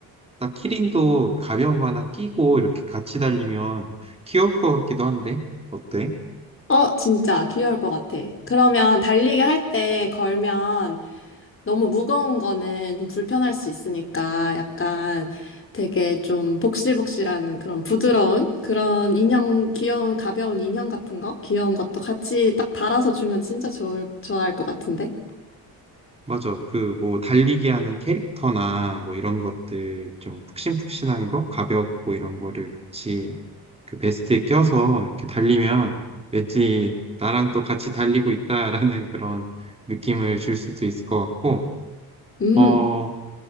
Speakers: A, on the right (about 15°); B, on the left (about 35°).
A: 딱 키링도 가벼운 거 하나 끼고 이렇게 같이 달리면 귀여울 것 같기도 한데 어때?
B: 어, 진짜 귀여울 것 같아. 그러면 달리기 할 때 걸면 너무 무거운 거는 좀 불편할 수 있으니까 약간 되게 좀 복실복실한 그런 부드러운 그런 인형, 귀여운 가벼운 인형 같은 거, 귀여운 것도 같이 딱 달아서 주면 진짜 좋을, 좋아할 것 같은데.
A: 맞아. 그 뭐 달리기 하는 캐릭터나 뭐 이런 것들 좀 푹신푹신한 거, 가볍고 이런 거를 같이 그 베스트에 껴서 이렇게 달리면 왠지 나랑 또 같이 달리고 있다라는 <laughs> 그런 느낌을 줄 수도 있을 것 같고,
B: 음,
A: 어,